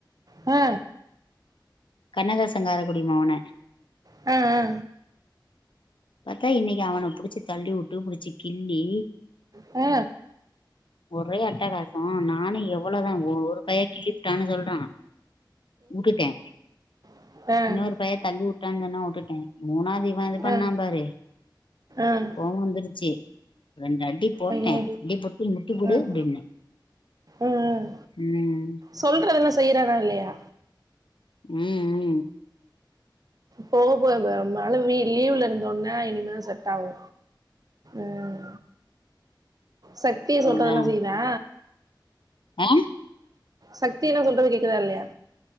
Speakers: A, on the right; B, on the left.
A: அ
B: கண்ணதாசன் காரக்குடி மவன
A: அ அ
B: பாத்தா இன்னைக்கு அவன புடிச்சு தள்ளி உட்டு புடிச்சு கிள்ளி
A: அ
B: ஒரே அட்டகா சோ நானு எவ்ளோ தா ஒ ஒரு பைய கிள்ளிபுட்டானு சொல்றா வுட்டுட்டே
A: ம்,
B: இன்னொரு பைய தள்ளி வுட்டான் சொன்னா வுட்டுட்டே மூணாவது இவ இது பண்ணா
A: ஆ
B: பாரு
A: ஆ ஆ
B: கோவோ வந்துருச்சி ரெண்டு அடி போட்ட
A: ஐயோ
B: அடி போட்டு முட்டி போடு
A: ம்
B: அப்டின்ன
A: ம் ம்
B: ம்
A: சொல்றதெல்லா செய்றானா இல்லையா
B: ம் ம்
A: போக போக அ மழ வி லீவ்ல இருந்தோன்ன இனிமே தா செட் ஆகு ம் சக்திய சொல்றதெல்லா
B: அதா
A: செய்தா
B: ஆ
A: சக்தி என்ன சொல்றது கேக்குதா இல்லியா